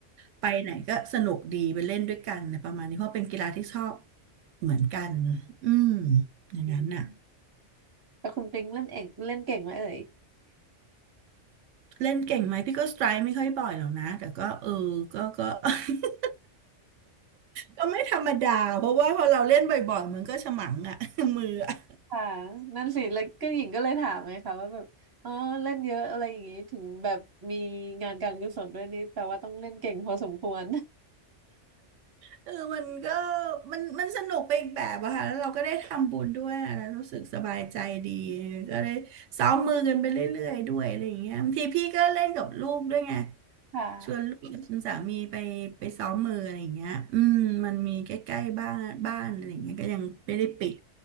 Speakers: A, on the right; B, on the right.
A: ไปไหนก็สนุกดีไปเล่นด้วยกันอะไรประมาณนี้เพราะเป็นกีฬาที่ชอบเหมือนกันอืมอย่างนั้นน่ะ
B: อืมแต่คุณปิ๊งเล่นเองเล่นเก่งไหมเอ่ย
A: เล่นเก่งไหมพี่ก็สไตร์ไม่ค่อยบ่อยหรอกนะแต่ก็เออก็ก็ <laughs> ก็ไม่ธรรมดาเพราะว่าพอเราเล่นบ่อยๆมันก็ฉมังอะ <laughs> มืออะ
B: ค่ะนั่นสิแล้วก็หญิงก็เลยถามไงคะว่าแบบอ๋อเล่นเยอะอะไรอย่างงี้ถึงแบบมีงานการกุศลด้วยนี่แปลว่าต้องเล่นเก่งพอสมควร
A: เออมันก็มันมันสนุกไปอีกแบบอะค่ะแล้วเราก็ได้ทำบุญด้วยแล้วรู้สึกสบายใจดีก็ได้ซ้อมมือกันไปเรื่อยๆด้วยอะไรอย่างเงี้ยบางทีพี่ก็เล่นกับลูกด้วยไง
B: <laughs> ค่ะ
A: ชวนลูกชวนสามีไปไปซ้อมมืออะไรอย่างเงี้ยอืมมันมีใกล้ๆบ้านบ้านอะไรอย่างเงี้ยก็ยังไม่ได้ปิด